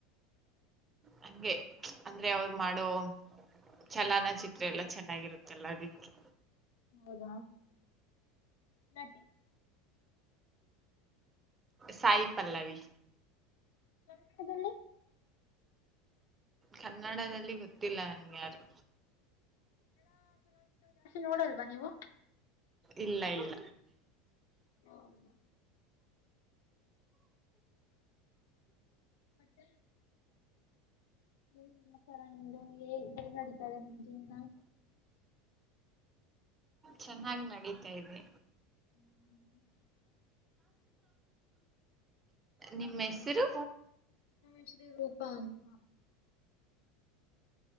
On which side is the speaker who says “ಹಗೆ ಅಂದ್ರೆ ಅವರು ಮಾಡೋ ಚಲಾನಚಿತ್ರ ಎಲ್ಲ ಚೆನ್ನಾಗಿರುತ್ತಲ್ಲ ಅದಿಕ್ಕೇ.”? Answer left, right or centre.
Right